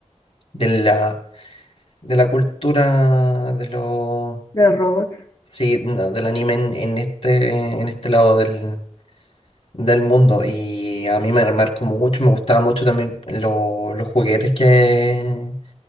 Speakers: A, on the left (about 55°); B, on the left (about 40°).
A: de la, de la cultura de los
B: de los robots.
A: sí, no, del anime en, en este, en este lado del, del mundo. Y a mí me marcó mucho, me gustaba mucho también lo- los juguetes que,